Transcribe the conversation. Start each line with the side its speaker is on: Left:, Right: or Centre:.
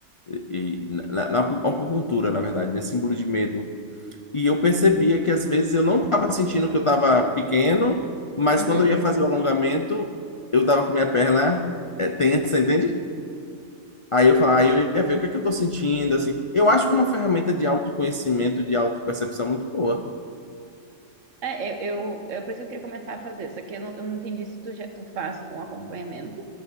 Left: e, na, na acupuntura, na verdade, né? Símbolo de medo. E eu percebia que às vezes eu não estava sentindo que eu estava pequeno, mas
Right: Uhum.
Left: quando eu ia fazer o alongamento, eu estava com minha perna eh, tensa, entende? Aí eu falava, aí eu ia ver o que é que eu estou sentindo, assim. Eu acho que é uma ferramenta de autoconhecimento, de autopercepção muito boa.
Right: É, eu, eu, eu, por isso que eu queria começar a fazer, só que eu não, eu não entendi se tu já, tu faz com acompanhamento